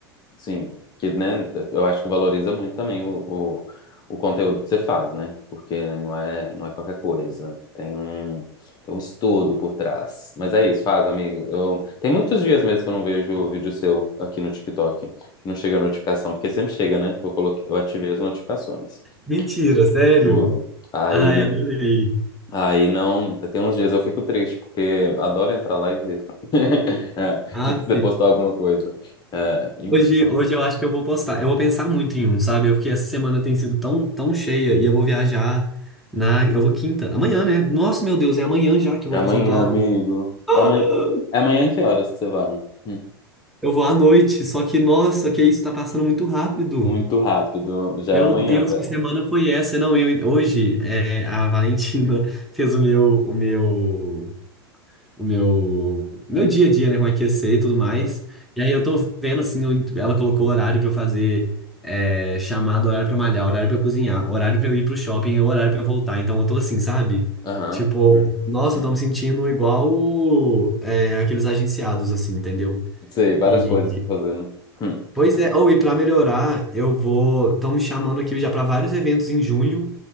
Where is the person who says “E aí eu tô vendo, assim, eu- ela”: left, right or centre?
Centre